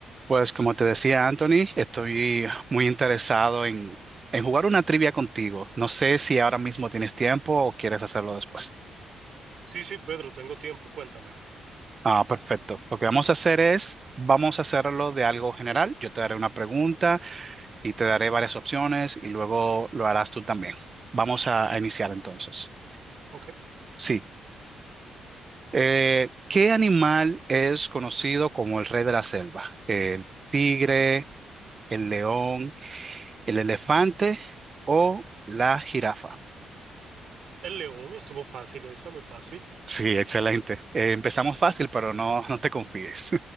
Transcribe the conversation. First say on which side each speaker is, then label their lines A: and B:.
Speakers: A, on the right (about 30°); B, on the right (about 60°).
A: Pues como te decía Anthony, estoy muy interesado en, en jugar una trivia contigo. No sé si ahora mismo tienes tiempo o quieres hacerlo después.
B: Sí, sí, Pedro, tengo tiempo, cuéntame.
A: Ah, perfecto. Lo que vamos a hacer es, vamos a hacerlo de algo general. Yo te daré una pregunta y te daré varias opciones y luego lo harás tú también. Vamos a, a iniciar entonces.
B: Ok.
A: Sí. Eh, ¿qué animal es conocido como el rey de la selva? ¿El tigre, el león, el elefante o la jirafa?
B: El león estuvo fácil esa, muy fácil.
A: Sí, excelente. Eh, empezamos fácil, pero no, no te confíes.